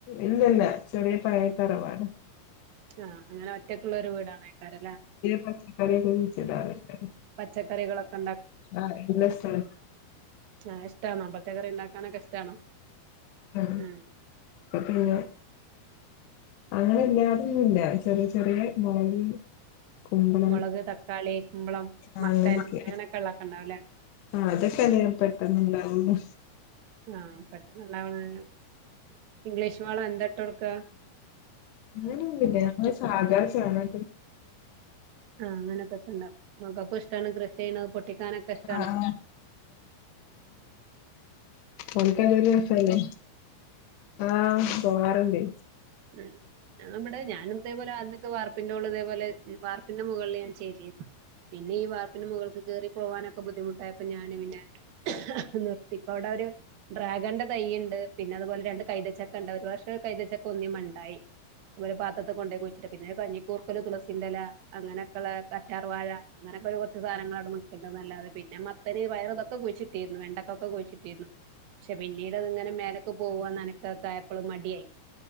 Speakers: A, on the left; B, on the right.
A: ഇല്ലല്ല ചെറിയ പായ തറവാട്-
B: ആഹ് അങ്ങനെ ഒറ്റക്കുള്ള ഒരു വീടാണേക്കാരല്ലേ
A: പച്ചക്കറിയൊന്നും കുയിച്ചിടാറില്ലേ?
B: പച്ചക്കറികളൊക്കെ
A: ആഹ് ഇല്ല സർ
B: ചായ ഇഷ്ടാണോ പച്ചക്കറി ഉണ്ടാക്കാനൊക്കെ ഇഷ്ടണോ
A: ഉം
B: ങ
A: <inaudible> പിന്നെ അങ്ങനെ എല്ലാടിന്നു ഇല്ല. ചെറിയ ചെറിയ മുളക് കുമ്പളം
B: മുളക്, തക്കാളി, കുമ്പളം,
A: ആ
B: മത്തൻ
A: അങ്ങനൊക്കെ
B: അങ്ങനെയൊക്കെ ഉള്ളതൊക്കെ ഉണ്ടാവലേ.
A: ആ <unintelligible> പെട്ടന്നുണ്ടാവുന്നു
B: ആ പെട്ടെന്നുണ്ടാവണ് ഇംഗ്ലീഷ് വളം എന്താ ഇട്ട് കൊടുക്ക -
A: അങ്ങനൊന്നുല്ല്യാ ഞമ്മ സാധാ ചാണകത്തിൽ
B: ആ അങ്ങനക്കെ തന്നെ. മക്കൾക്കും ഇഷ്ടാണ് കൃഷി ചെയ്യണത് പൊട്ടിക്കാനൊക്കെ ഇഷ്ടാണ്.
A: ആ ആ നക്കന്നരു ദിവസല്ലേ ആഹ് പോവാറുണ്ട്.
B: ങ ഞാവിടെ ഞാനും ഇതേപോലെ അന്നക്കെ വാർപ്പിന്റെ മോളി ഇതേപോലെ വാർപ്പിന്റെ മുകളിൽ ഞാൻ ചെയ്രി പിന്നെ ഈ വാർപ്പിന് മുകൾക്ക് കേറി പോകാനൊക്കെ ബുദ്ധിമുട്ടായപ്പോ ഞാൻ പിന്നെ നിർ ഇപ്പ അവിടെ ഒരു ഡ്രാഗന്റെ തൈ ഉണ്ട് പിന്നെ അതുപോലെ രണ്ട് കൈതച്ചക്ക ഉണ്ട് ഒരു വർഷം ഒരു കൈതച്ചക് ഒന്നി മണ്ടായി അതുപോലെ പാത്രത്തി കൊണ്ട് പോയി കുഴച്ചിട്ട് പിന്നെ കഞ്ഞിക്കൂർക്കല് തുളസീന്റെല അങ്ങനൊക്കെള്ള കറ്റാർ വഴ അങ്ങനെ ങ്ങനക്കൊരു കുറച്ച് സധനങ്ങളവിടെ നിക്കുണ്ടതല്ലാതെ പിന്നെ മത് ത്തന് പയറ് തൊക്കെ കുഴിച്ചിട്ടിരുന്നു വെണ്ടക്കൊക്കെ കുഴിച്ചിട്ടിരുന്നു പക്ഷെ പിന്നീട് അത്ങ്ങനെ മേലൊക്കെ പോവാ നനക്കക്കായപ്പഴും മടിയായി.